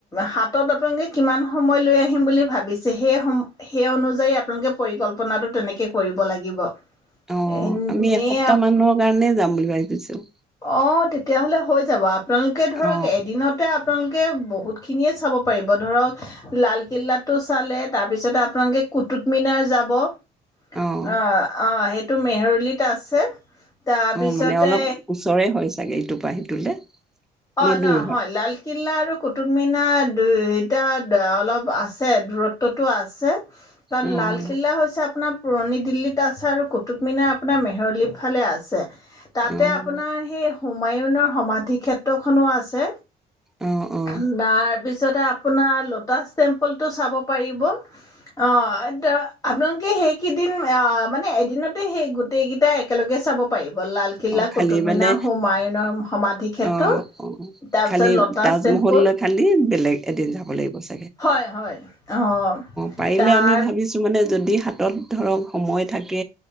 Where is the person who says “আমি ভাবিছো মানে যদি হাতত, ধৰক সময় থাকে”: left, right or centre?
Centre